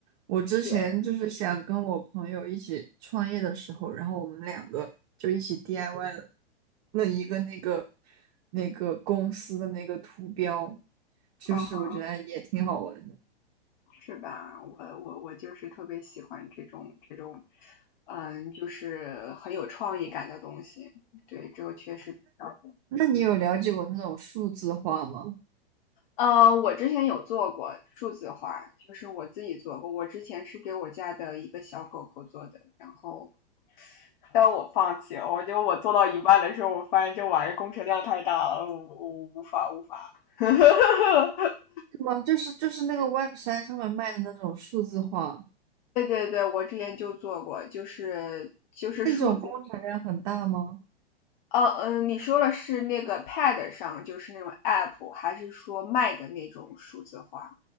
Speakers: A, on the right; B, on the left.
A: 我之前就是想跟我朋友一起创业的时候，
B: 对，
A: 然后我们两个就一起 DIY 了了一个那个那个公司的那个图标，就是我觉得也挺好玩的。
B: 嗯哼，是吧？我我我就是特别喜欢这种这种嗯，就是很有创意感的东西。对，这个确实比较。
A: 那你有了解过那种数字化吗？
B: 嗯，呃，我之前有做过数字化，就是我自己做过。我之前是给我家的一个小狗狗做的，然后但我放弃了。我觉得我做到一半的时候，我发现这玩意儿工程量太大了，我我无法无法。<laughs>
A: 是吗？就是就是那个 Web 三上面卖的那种数字化，
B: 对对对，我之前就做过，就是就是数字
A: 那种工程量很大吗？
B: 哦，嗯，你说的是那个 Pad 上，就是那种 App，还是说卖的那种数字化？